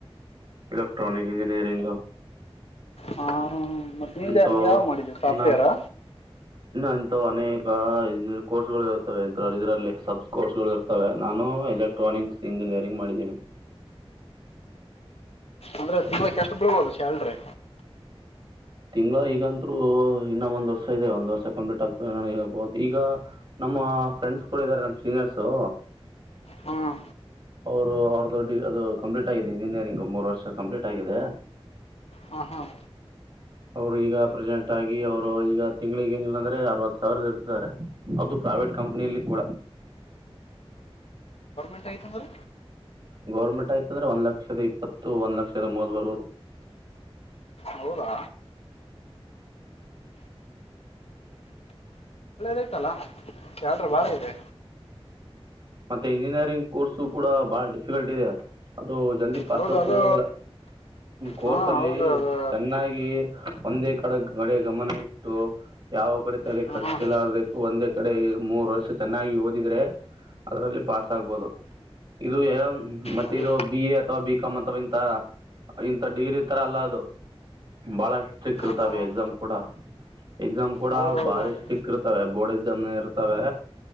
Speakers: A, on the right; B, on the left.
A: ಎಲೆಕ್ಟ್ರಾನಿಕ್ ಇಂಜಿನಿಯರಿಂಗ್
B: ಹಾಂ ನಿಂದೆ
A: ಇಂಥವು
B: ನೀ ಯಾವ್ ಮಾಡಿದೀವಿ ಸಾಫ್ಟ್ವೇರಾ
A: ಇನ್ನೂ ಇನ್ನೂ ಅನೇಕ ಕೋರ್ಸ್ ಗಳು ಇರ್ತವೆ ಇದ್ರಲ್ಲಿ ಇದರಲ್ಲಿ ಸಬ್ ಕೋರ್ಸ್ಗಳು ಇರ್ತವೆ ನಾನು ಎಲೆಕ್ಟ್ರಾನಿಕ್ಸ್ ಇಂಜಿನಿಯರಿಂಗ್ ಮಾಡಿದ್ದೀನಿ
B: ಅಂದ್ರೆ ದೀವಕ್ಕೆ ುಬದು ಶ್ಯಾಲ್್ರರಿ
A: ತಿಂಗಗಳ ಈಗಂತರು ಇನ್ನ ಒಂದ್ ವರ್ಷ ಇದೆ ಒಂದ್ ವರ್ಷ ಕಂ್ಿಟ್ ಆಗ್ ನಬಹುದು ಈಗ ನಮ್ಮ ಫ್ರೆಂಡ್ಸ್ ಕೂಡ ಇದಾರೆ ನಮ್ ಸೀನಿಯರ್ಸು
B: ಹಾಂ
A: ಅವರು ಅವ್ರ ದೊಡ್ಡ ಅದು ಕಂಪ್ಲೀಟ್ ಆಗಿದೆ ಇಂಜಿನಿಯರಿಂಗ್ ಮೂರು ವರ್ಷ ಕಂಪ್ಲೀಟ್ ಆಗಿದೆ
B: ಹಾಂ ಹಾಂ
A: ಅವರು ಈಗ ಪ್ರೆಸೆಂಟ್ ಆಗಿ ಅವರು ಈಗ ತಿಂಗಳಿಗೆ ಏನಿಲ್ಲಾಂದ್ರೆ ಅರವತ್ತು ಸಾವಿರದ ಇರ್ತಾರೆ ಅದು ಪ್ರೈವೇಟ್ ಕಂಪ್ನಿಯಲ್ಲಿ ಕೂಡ.
B: ಎಂಟ್ ಆಐತಂದೀ
A: ಗೌರ್ಮೆಂಟ್ ಆಯ್ತ ಅಂದ್ರೆ ಒಂದ್ ಲಕ್ಷದ ಇಪ್ಪತ್ತು ಒಂದ್ ಲಕ್ಷದ ಮೂವದ ಬರುವುದು
B: ಹೌದಾ ೈತಲ್ಲ ಯಲ್್ರೂ ಬಾಳ ಇದೆ
A: ಮತ್ತೆ ಇಂಜಿನಿಯರಿಂಗ್ ಕೋರ್ಸು ಕೂಡ ಬಾಳ ಡಿಫಿಕಲ್ಟ್ ಇದೆ ದು ಜಲ್ದಿ ಪಸ್
B: ಹೌದು ಅದು
A: ಕೂಡ ಅದಲ್ಲ ಕೋರ್ಸ
B: ಹಾಂ
A: ಅಲ್ಲಿ
B: ಹೌದು ಅದು
A: ಚೆನ್ನಾಗಿ ಒಂದೇ ಕಡೆ ಕಡೆ ಗಮನ ಇಟ್ಟು ಯಾವ ಕಡೆ ತಲೆ
B: ಹಾಂ
A: ಕಡ್ಸ್ಕಲ್ಲರ್ಬೇಕು
B: ಹಾಂ
A: ಒಂದೇ ಕಡೆ ಮೂರ್ ವರ್ಷ ಚೆನ್ನಾಗಿ ಓದಿದ್ರೆ ಅದರಲ್ಲಿ ಪಾಸ್ ಆಗ್ಬಹುದು ಇದು ಮತ್ತೆ
B: ಹೌದು
A: ಇದು ಬಿ ಎ ಅಥವಾ ಬಿ ಕಾಮ್ ಅವಾ ಇಂತ ಇಂತ ಡಿಗ್ರಿ ಇತರ ಅಲ್ಲ ಅದು ಬಹಳ ಸ್ಟ್ರಿಕ್ ಇರ್ತವೆ
B: ಹಾಂ ಹಾಂ
A: ಎಕ್ಸಾಮ್ ಕೂಡ ಎಕ್ಸಾಮ್ ಕೂಡ
B: ಹೌದು ಹೌದು
A: ಬಹಳ
B: ಹೌದು
A: ಸ್ಟ್ರಿಕ್ ಇರ್ತಾವೆ ಬೋರ್ಡ್ ಎಕ್ಸಾಮ್ ಇರ್ತವೆ